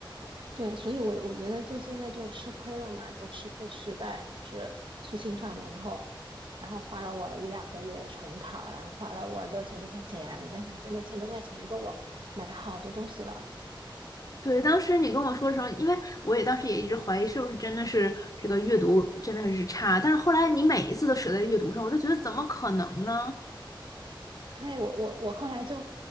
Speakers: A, on the right; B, on the left.
A: 对，所以我我觉得就现在就吃亏了嘛，就吃亏吃在就是粗心上面，然后然后花了我一两个月重考，然后花了我六千多块钱，我在想这六千多块钱够我买好多东西了。
B: 对，当时你跟我说的时候，因为我也当时也一直怀疑是不是真的是这个阅读真的是差，但是后来你每一次都舍在阅读上，我就觉得怎么可能呢？
A: 对，我我我后来就